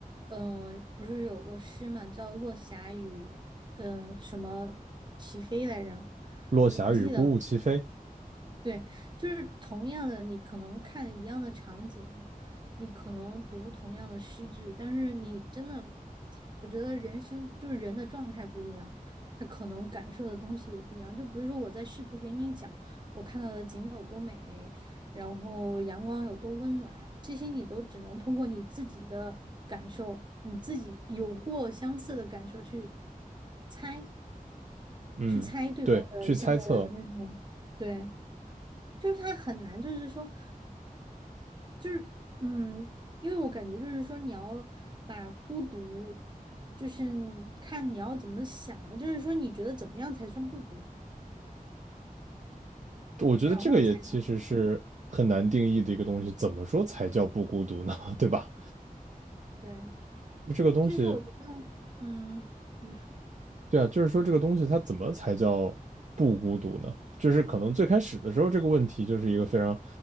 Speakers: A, on the right (about 30°); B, on the right (about 55°).
A: 嗯、呃不是有个诗嘛，叫《落霞与嗯、呃什么齐飞来着？
B: 落霞与孤鹜齐飞，
A: 我不记得了。对，就是同样的，你可能看一样的场景，你可能读同样的诗句，但是你真的，我觉得人生就是人的状态不一样，他可能感受的东西也不一样。就不是说我在试图给你讲我看到的景有多美，然后阳光有多温暖，这些你都只能通过你自己的感受，你自己有过相似的感受去猜，
B: 嗯，
A: 去猜对方的现在的那种，
B: 对，去猜测。
A: 对。就是他很难，就是说，就是嗯，因为我感觉就是说，你要把孤独，就是看你要怎么想了，就是说你觉得怎么样才算不孤独，
B: 我觉得这个也其实是很难定义的一个东西，
A: 然后才能
B: 怎么说才叫不孤独呢？<laughs> 对吧？
A: 对，
B: 这个东西，
A: 就是我觉得，嗯，你说。
B: 对啊，就是说这个东西它怎么才叫不孤独呢？就是可能最开始的时候这个问题就是一个非常，